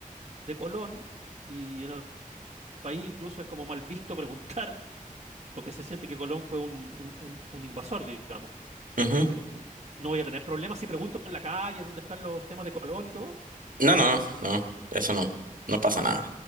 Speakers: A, on the right; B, on the right.
A: de Colón y en el país incluso es como mal visto <laughs> preguntar porque se siente que Colón fue un, un- un- un invasor, digamos.
B: Ujú.
A: Eh, no voy a tener problemas si pregunto en la calle dónde están los temas de Colón y todo.
B: No, no, no, eso no, no pasa nada.